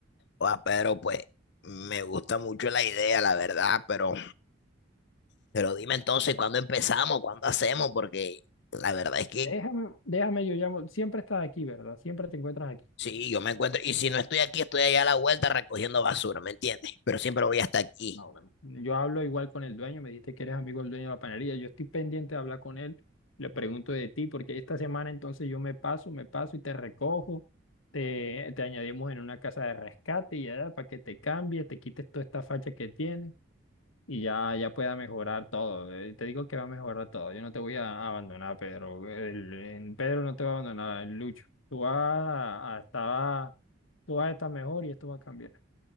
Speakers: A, on the left; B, on the left.
A: Ah, pero pues me gusta mucho la idea, la verdad. Pero, pero dime entonces, ¿cuándo empezamos? ¿Cuándo hacemos? Porque la verdad es que
B: Déjame, déjame, yo llamo, siempre estás aquí, ¿verdad? Siempre te encuentras aquí.
A: Sí, yo me encuentro. Y si no estoy aquí, estoy allá a la vuelta recogiendo basura, ¿me entiendes? Pero siempre voy hasta aquí.
B: No, bueno. Yo hablo igual con el dueño, me dijiste que eres amigo del dueño de la panadería. Yo estoy pendiente de hablar con él, le pregunto de ti, porque esta semana entonces yo me paso, me paso y te recojo, te, te añadimos en una casa de rescate y ya para que te cambies, te quites toda esta facha que tienes y ya, ya pueda mejorar todo. Eh, Te digo que va a mejorar todo. Yo no te voy a abandonar, Pedro. El, el Pedro no te va a abandonar, el Lucho. Tú vas a, a estar, tú vas a estar mejor y esto va a cambiar.